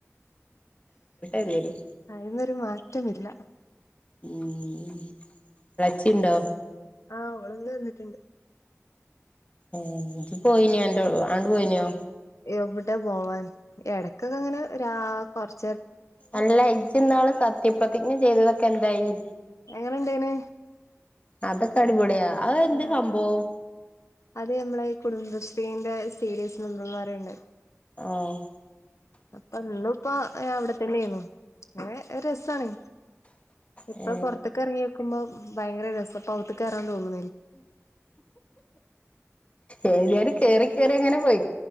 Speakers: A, on the left; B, on the left.
A: ഏതായാലും
B: അയ്ന്നൊരു മാ റ്റ മില്ല.
A: ഊം ളെച്ചി ണ്ടോ?
B: ആഹ് ഓളിന്ന് വന്നിട്ട്ണ്ട്.
A: ഏഹ് ജും പോയിന്യോ അൻ്റൊ ആണ്ട് പോയി ന്യോ
B: എവിടെ പോവാൻ എടക്കൊക്കെ അങ്ങനെ ഒരാ കൊറച്ച്
A: അല്ല ഇജ്ജ് ഇന്നാള് സത്യപ്രതിജ്ഞ ചെയ്തതൊ എന്തായി
B: എങ്ങനുണ്ടെന്
A: അതൊക്കെ അടിപൊളിയാ അത് എന്ത്
B: ആഹ്
A: സംഭവം
B: അതെ നമ്മളെ ഈ കുടുംബശ്രീന്റെ സീരിയസ് മെമ്പർമാരിണ്ട്
A: ആഹ്
B: അപ്പം ഇന്നുപ്പ അവിടെത്തന്നെയാരുന്നു ഇങ്ങനെ ഒരു രസാണ് ഇപ്പൊ
A: ഏ
B: പുറത്തൊക്കെ ഇറങ്ങി നിൽക്കുമ്പോ ഭയങ്കര രസം അപ്പോ അകത്തേക്ക് കേറാൻ തോന്നും
A: എഴുതിയാലും കേറി കേറി അങ്ങനെ പോയി